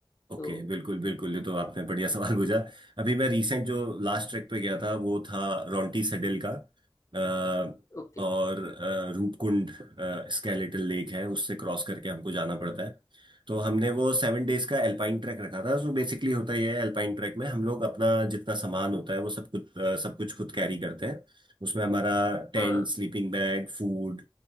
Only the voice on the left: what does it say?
तो
ओके
अच्छा
हाँ